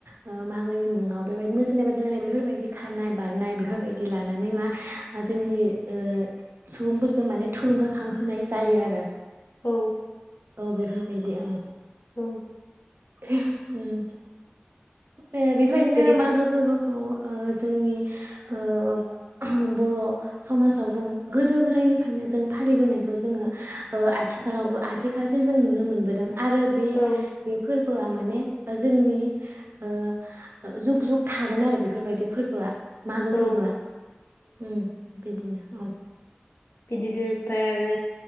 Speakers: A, on the right (about 65°); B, on the left (about 85°).
A: ओ मागोनि मुङाव बेबायदिनो मोसानाय बादायलायनाय बेफोरबायदि खारनाय बारनाय बेफोरबायदि लानानै मा जोंनि ओ सुबुंफोरखौ माने थुलुंगाखांहोनाय जायो आरो।
B: औ
A: औ बे बिदि उम।
B: औ
A: <unintelligible> उम ए बेफोरबायदिनो
B: बेनिफ्राय
A: मागो फोरबोखौ ओ जोंनि ओ बर' समाजाव जों गोदो गोदायनिफ्रायनो जों फालिबोनायखौ जोङो ओ आथिखालावबो आथिखालसिम जों नुनो मोनबोदों। आरो बे
B: औ
A: बेफोर बोआ माने जोंनि ओ जुग-जुग थागोन आरो बेफोरबायदि फोरबोआ। मागो
B: औ
A: फोरबोआ उम बिदिनो औ।
B: बिदिदो फ्राय आरो